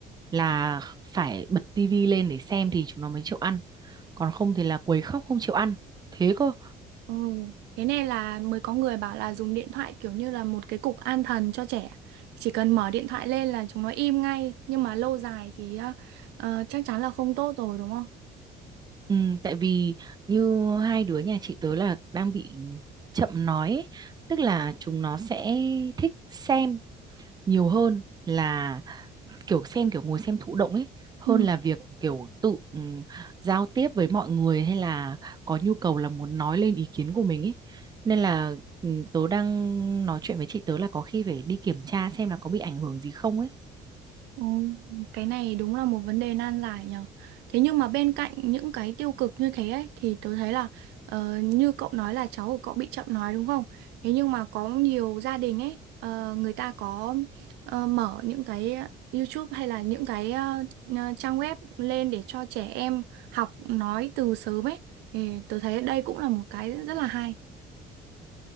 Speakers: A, on the right (about 25°); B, on the right (about 85°).
A: là phải bật tivi lên để xem thì chúng nó mới chịu ăn. Còn không thì là quấy khóc không chịu ăn. Thế cơ.
B: Ừ. Thế này là mới có người bảo là dùng điện thoại kiểu như là một cái cục an thần cho trẻ. Chỉ cần mở điện thoại lên là chúng nó im ngay. Nhưng mà lâu dài thì ờ, chắc chắn là không tốt rồi đúng không?
A: Ừ, tại vì như hai đứa nhà chị tớ là đang bị chậm nói ấy. Tức là chúng nó sẽ thích xem nhiều hơn là kiểu xem kiểu ngồi xem thụ động ấy hơn
B: Ừ.
A: là việc kiểu tự ừ, giao tiếp với mọi người hay là có nhu cầu là muốn nói lên ý kiến của mình ấy nên là ừ, tớ đang nói chuyện với chị tớ là có khi phải đi kiểm tra xem là có bị ảnh hưởng gì không ấy
B: Ồ, cái này đúng là một vấn đề nan giải nhở. Thế nhưng mà bên cạnh những cái tiêu cực như thế ấy, thì tôi thấy là ờ, như cậu nói là cháu của cậu bị chậm nói đúng không? Thế nhưng mà có nhiều gia đình ấy ờ, người ta có ờ, mở những cái YouTube hay là những cái ờ, ờ, trang web lên để cho trẻ em học nói từ sớm ấy. Thì tôi thấy đây cũng là một cái rất là hay.